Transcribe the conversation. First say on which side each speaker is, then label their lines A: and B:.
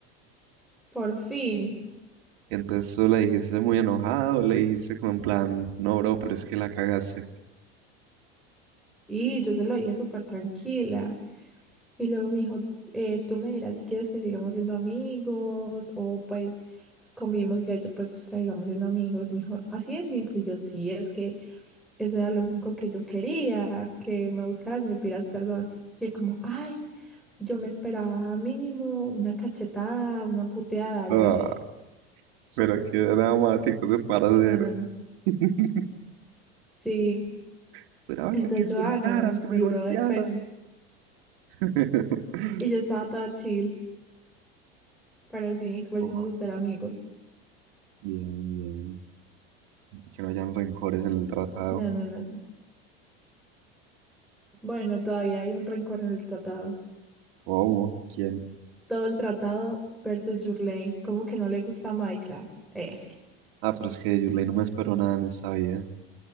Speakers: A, in the centre; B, on the right.
A: Por fin.
B: Entonces tú le dijiste muy enojado, le dijiste como en plan, no, bro, pero es que la cagaste.
A: Y yo se lo dije súper tranquila. Y luego me dijo, eh, tú me dirás si quieres que sigamos siendo amigos o pues convivimos ya, yo yo pues sigamos siendo amigos. Y me dijo, así de simple. Y yo sí, es que eso era lo único que yo quería, que me buscaras y me pidas perdón. Y él como, ay, yo me esperaba mínimo una cachetada, una puteada, algo
B: Ah,
A: así.
B: pero qué dramático ese hacer.
A: No, no, no.
B: <laughs>
A: Sí.
B: Esperaba
A: Entonces
B: que me insultaras,
A: yo, ah, no,
B: que
A: mi
B: me golpearas.
A: brother, pues.
B: <laughs>
A: Y yo estaba toda chill, pero sí, volvimos
B: Oh,
A: a ser amigos.
B: bien, bien. Que no hayan rencores en el tratado.
A: No, no, no. no. Bueno, todavía hay un rencor en el tratado.
B: ¿Cómo? ¿Quién?
A: Todo el tratado versus Yurley. Como que no le gusta Minecraft. Eh.
B: Ah, pero es que de Yurley no me esperó nada en esta vida.